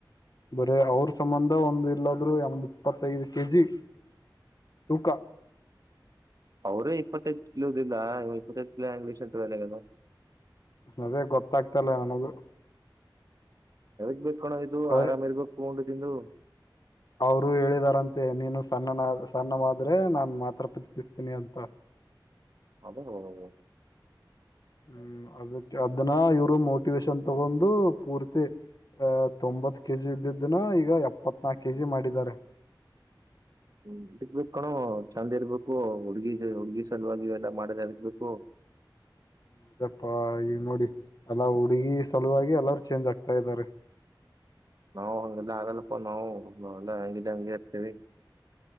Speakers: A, on the left (about 50°); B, on the right (about 45°).
A: ಬರೇ ಅವ್ರ ಸಂಬಂಧ ಒಂದು ಇಲ್ಲ ಅಂದ್ರು ಏ ಮ್ ಇಪ್ಪತ್ತೈದು ಕೆಜಿ ತೂಕ
B: <unintelligible>
A: ಅದೇ ಗೊತ್ತಾಗ್ತಲ್ಲ ನನಗೂ
B: ಎದಕ್ಕೆ ಬೈತಾಳೋ ಇದು
A: ಅವ್ರ
B: ಆರಾಮ್ ಇರ್ಬೇಕು ಉಂಡು ತಿಂದು
A: ಅವರು ಹೇಳಿದಾರಂತೆ ನೀನು ಸಣ್ಣನ ಸಣ್ಣವಾದ್ರೆ ನಾನ್ ಮಾತ್ರ ಪ್ರೀತ್ರಿತಿಸ್ತೀನಿ ಅಂತ
B: ಅವನು ಅವನೌನುನು
A: ಹ್ಮ್ ಅದಕ್ಕೆ ಅದನ್ನ ಇವರು ಮೋಟಿವೇಶನ್ ತೊಗೊಂದು ಪೂರ್ತಿ ಅಹ ತೊಂಬತ್ ಕೆ ಜಿ ಇದ್ದಿದ್ದನ ಈಗ ಎಪ್ಪತ್ನಾಾಕು ಕೆ ಜಿ ಮಾಡಿದ್ದಾರೆ
B: <inaudible> ಅದಕ್ಬೇಕ ಕಣೋ ಚಂದ ಇರ್ಬೇಕು ಹುಡ್ಗಿ ಹುಡ್ಗಿ ಸಲುವಾಗಿ ಇವೆಲ್ಲಾ ಮಾಡದ್ ಎದಕ್ಕೆ ಬೇಕು <inaudible>
A: ಯದಪ್ಪಾ ಈವ ನೋಡಿ ಎಲ್ಲಾ ಹುಡುಗಿ ಸಲುವಾಗಿ ಎಲ್ಲಾರೂ ಚೇಂಜ್ ಆಗ್ತಾ ಇದ್ದಾರೆ
B: ನಾವು ಹಂಗೆಲ್ಲಾ ಆಗಲ್ಲಪ್ಪ ನಾವು ಹೆಂಗೆ ಇದ್ಯೋ ಅಂಗೆ ಇರ್ತೀನಿ